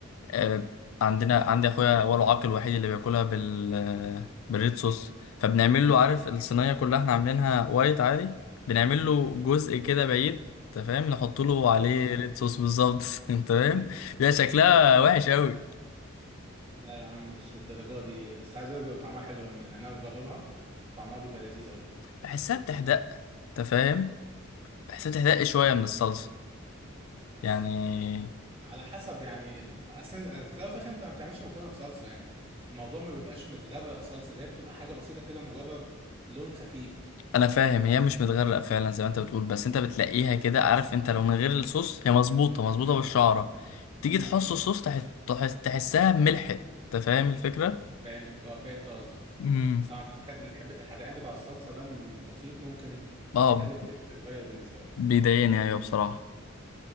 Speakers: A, on the left; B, on the right.
A: آه،
B: امم
A: عندنا عندي اخويا هو العاق الوحيد اللي بياكلها بال آه، بالريد صوص فبنعمل له عارف الصينيه كلها احنا عاملينها وايت عادي بنعمل له جزء كده بعيد انت فاهم نحط له
B: بالريد
A: عليه
B: صوص
A: ريد صوص بالظبط <laughs> انت فاهم
B: <laughs>
A: بيبقى شكلها وحش قوي
B: لا يا عم مش للدرجه دي بس عايز اقول لك بيبقى طعمها حلو يعني انا مجربها طعمها بيبقى لذيذ قوي
A: بحسها بتحدق انت فاهم بحسها بتحدق شويه من الصلصه يعني
B: على حسب يعني اصل أنت- في الاول وفي الاخر انت ما بتعملش مكرونه بصلصه يعني الموضوع ما بيبقاش متغرق صلصه ده بتبقى حاجه بسيطه كده مجرد لون خفيف
A: انا فاهم هي مش متغرق فعلا زي ما انت بتقول بس انت بتلاقيها كده عارف انت لو من غير الصوص هي مظبوطه مظبوطه
B: امم
A: بالشعره تيجي
B: امم
A: تحص الصوص تح... تحس... تحسها ملحت انت فاهم الفكره
B: فهمتك اه فهمت قصدك
A: امم
B: طبعا انت بتحب بنحب الحدقان بتاع الصلصه ده من البسيط ممكن
A: اه
B: يخلي التيست يتغير بالنسبه لك
A: بيضايقني ايوه بصراحه